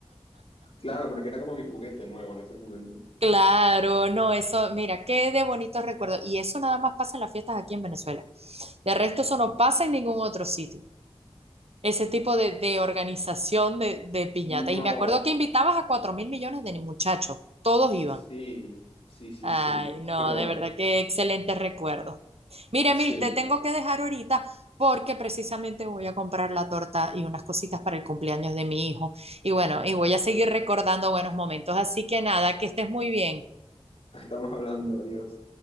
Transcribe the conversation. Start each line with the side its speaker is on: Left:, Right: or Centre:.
Left: Claro, porque era como mi juguete nuevo en ese momento.
Right: Claro, no, eso, mira, qué de bonitos recuerdos. Y eso nada más pasa en las fiestas aquí en Venezuela. De resto, eso no pasa en ningún otro sitio. Ese tipo de, de organización de, de piñata.
Left: No,
Right: Y me acuerdo que invitabas a cuatro mil millones de muchachos. Todos iban.
Left: sí, sí, sí,
Right: Ay,
Left: sí,
Right: no,
Left: pero...
Right: de verdad, qué excelente recuerdo. Mira,
Left: Sí,
Right: Emil, te tengo que dejar ahorita porque precisamente voy a comprar la torta y unas cositas para el cumpleaños de mi hijo. Y bueno, y voy a seguir recordando buenos momentos. Así que nada, que estés muy bien.
Left: estamos hablando, adiós.